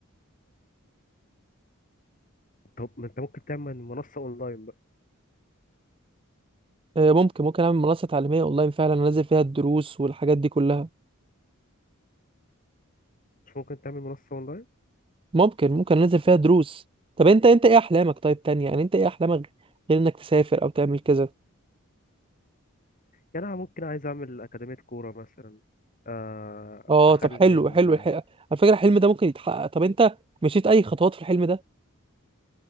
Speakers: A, on the left; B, on the right.
A: طب ما أنت ممكن تعمل منصة أونلاين بقى
B: آه، ممكن ممكن اعمل منصة تعليمية اونلاين فعلا انزل فيها الدروس والحاجات دي كلها
A: مش ممكن تعمل منصة أونلاين
B: ممكن ممكن انزل فيها دروس طب انت انت ايه احلامك طيب تانية يعني انت ايه احلامك غير انك تسافر او تعمل كذا
A: يعني أنا ممكن عايز أعمل أكاديمية كورة مثلا آه
B: اه
A: أخلي
B: طب حلو
A: ال-
B: حلو الح... على فكرة الحلم ده ممكن يتحقق طب انت مشيت اي خطوات في الحلم ده